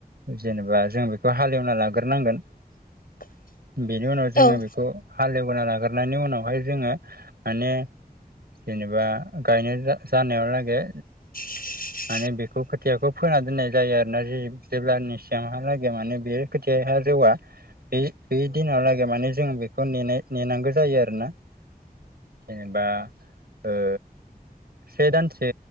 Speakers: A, on the right; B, on the left.
A: जेनेबा जों बेखौ हालेवना लागोरनांगोन
B: <inaudible>
A: बेनि उनाव
B: औ
A: जोङो बेखौ हालेवबोना लाग्रनायनि उनावहाय जोङो माने जेनेबा गायनो जानायावलागै
B: <inaudible>
A: माने बेखौ खोथियाखौ फोना दोननाय जायो आरोना जे जेब्लानि सिमहालागै माने बेयो खोथियहा जौआ बे बे दिनाहालागै माने जों बेखौ नेनांगौ जायो आरोोना जेनेबा ओ से दानसे